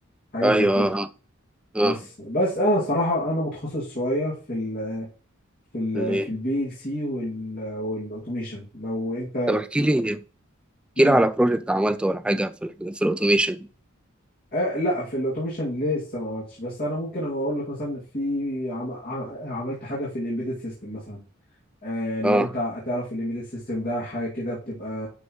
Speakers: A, on the left (about 45°); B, in the centre.
A: حاجات
B: ايوه
A: زي كده
B: اه اه
A: بس
B: آه.
A: بس انا الصراحه انا متخصص شويه في ال في ال
B: ليه
A: في البي ال سي والاوتوميشن لو انت
B: طب احكي لي احكي
A: مم.
B: لي على بروجكت عملته ولا حاجه في ال في الاوتوميشن
A: آه لا في الاوتوميشن لسه ما عملتش بس انا ممكن اقول لك مثلا في عم... ع- عملت حاجه في الامبيدد سيستم مثلا آه، لو
B: اه
A: انت هتعرف الامبيدد سيستم ده حاجه كده بتبقى